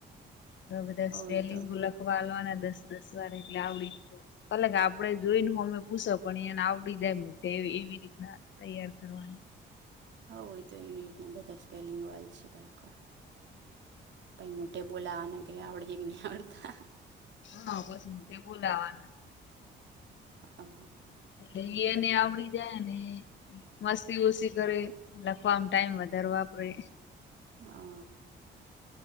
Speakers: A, on the left; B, on the right.
A: અ બધા
B: હોવ
A: સ્પેલિંગો
B: ઈ તો
A: લખવા આલવાના દસ દસ વાર એટલે આવડી જ જાય. પલે ગા આપડે જોઈન હોમે હુશ પણ એયાને આવડી જાય મુઢે એવી એવી રીતના તૈયાર કરવાનું.
B: હવ એય તો એવી રીતના બધા સ્પેલિંગ વાલ છે તોય આખા. પાઈ મોટેે બોલા ના કઈ આવડે હેક નઈ આવડતા.
A: હા પસ મુઢે બોલાવાના.
B: આહ.
A: એટલે એ એને આવડી જાય અને મસ્તી ઓસી કરે લખવામ ટાઈમ વધાર વાપરે.
B: અ